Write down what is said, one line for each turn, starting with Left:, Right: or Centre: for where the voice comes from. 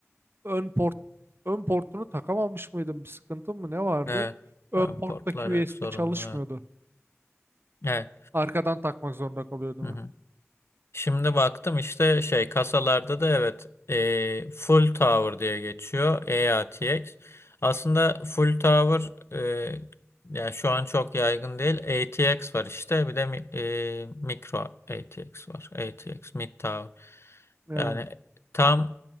Right: ön port ön portunu takamamış mıydım bir sıkıntım mı ne vardı?
Left: Evet.
Right: Ön
Left: Ee,
Right: porttaki
Left: Portlar
Right: USB
Left: hep sorunlu.
Right: çalışmıyordu.
Left: Evet. Evet.
Right: Arkadan takmak zorunda kalıyordum.
Left: Hı hı.
Right: hep.
Left: Şimdi baktım işte şey kasalarda da evet e, full tower diye geçiyor EATX. Aslında full tower e, yani şu an çok yaygın değil. ATX var işte bir de mi- e, mikro ATX var. ATX mid tower.
Right: Yani,
Left: Yani tam